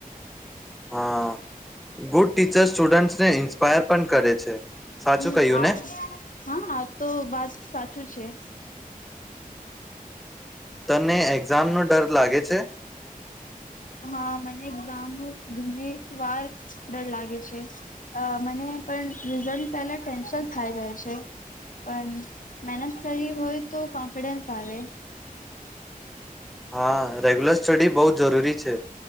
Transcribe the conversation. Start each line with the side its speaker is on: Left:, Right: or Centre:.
Centre: હા, ગુડ ટીચર્સ સ્ટુડન્ટ્સને ઇન્સ્પાયર પણ કરે છે, સાચું
Left: હમ
Centre: કહ્યું
Left: આ
Centre: ને.
Left: હા આ તો વાત સાચું છે.
Centre: તને એક્ઝામ નો ડર લાગે છે?
Left: હા મને એક્ઝામ નો ઘણી વાર ડર લાગે છે, અ મને પણ રિઝલ્ટ પહેલા ટેન્શન થાય જાય છે, પણ મહેનત કરીવી હોય તો કોન્ફિડન્સ આવે.
Centre: હા રેગ્યુલર સ્ટડી બહુ જ જરૂરી છે.